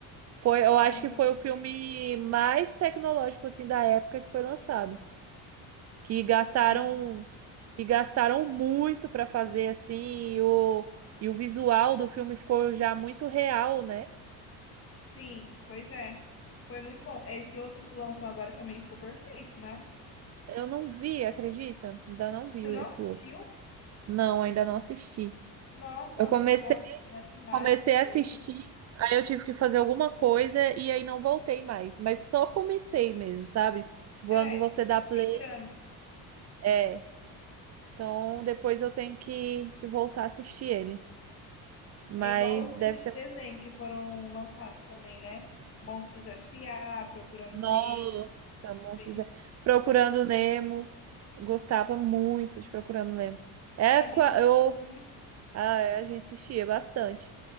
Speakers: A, on the right (about 45°); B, on the left (about 35°).
A: Foi, eu
B: era
A: acho
B: um
A: que
B: filme,
A: foi o filme mais tecnológico assim da época que foi lançado, que gastaram
B: sim.
A: e gastaram muito para fazer assim, e o e o visual do filme ficou já muito real, né?
B: Sim, pois é. Foi muito bom. Esse outro que lançou agora também ficou perfeito, né?
A: Eu não vi, acredita? Ainda não vi
B: Você não
A: esse
B: assistiu?
A: outro. Não, ainda não assisti.
B: Nossa,
A: Eu
B: tá
A: comecei,
B: muito bom, assim, as imagens
A: comecei a
B: dele.
A: assistir, aí eu tive que fazer alguma coisa e aí não voltei mais, mas só comecei mesmo, sabe? Tipo, Quando
B: É,
A: você
B: é
A: dá play,
B: bem grande.
A: é, Então, depois eu tenho que, que voltar a assistir ele. Mas
B: É igual os
A: deve
B: filmes
A: ser.
B: de desenho
A: muito-
B: que foram lançados também, né? Monstros S A Procurando
A: Nossa,
B: Nemo, Os Incríveis.
A: Monstros. é- Procurando Nemo. Gostava muito de Procurando Nemo. É,
B: A
A: qua-
B: gente assistia
A: eu,
B: muito.
A: a, a gente assistia bastante.